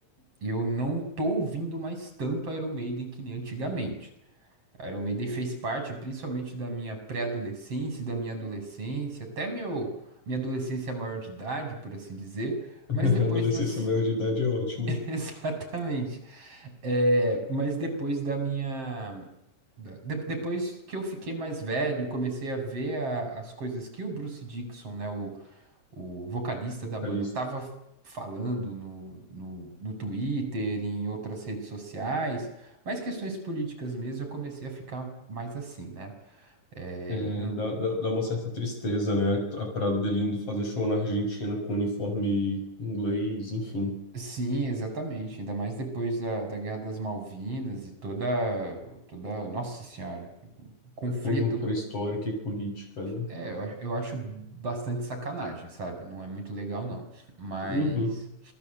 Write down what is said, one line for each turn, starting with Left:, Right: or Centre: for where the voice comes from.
Right: eu não tô ouvindo mais tanto Iron Maiden que nem antigamente. Iron Maiden fez parte principalmente da minha pré-adolescência, e da minha adolescência, até meu, minha adolescência maior de idade, por assim dizer.
Left: <laughs>
Right: Mas depois
Left: Adolescência
Right: das.
Left: maior de idade é ótimo,
Right: <laughs>
Left: hein?
Right: Exatamente. É, mas depois da minha. da- de- depois que eu fiquei mais velho e comecei a ver a- as coisas que o Bruce Dickinson, né, o, o vocalista da banda,
Left: A lista.
Right: tava falando no, no, no Twitter, em outras redes sociais, mais questões políticas mesmo, eu comecei a ficar mais assim, né? É,
Left: É,
Right: e não-
Left: dá, dá, dá uma certa tristeza, né? A parada dele indo fazer show na Argentina com uniforme inglês, enfim.
Right: Sim, exatamente. Ainda mais depois da, da Guerra das Malvinas e toda, toda, nossa senhora, conflito
Left: A conjuntura histórica e política, né?
Right: É, eu, ach- eu acho bastante sacanagem, sabe? Não é muito legal, não. Mas.
Left: Uhum.